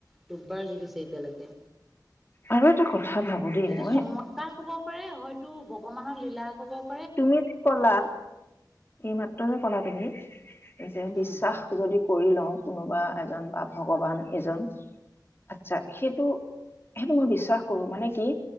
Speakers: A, in the centre; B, on the left.
A: দুবাৰ জিকিছে এতিয়ালৈকে।
B: আৰু এটা কথা ভাবো দেই
A: এইটো
B: মই
A: চমৎকাৰ ক'ব পাৰে। হয়তো ভগৱানৰ লীলাক হ'ব।
B: তুমিত যে ক'লা, এইমাত্ৰ যে ক'লা তুমি যে বিশ্বাস
A: উম
B: যদি কৰি লওঁ কোনোবা এজন বা ভগৱান এজন। আচ্ছা, সেইটো, সেইটো মই বিশ্বাস কৰো মানে কি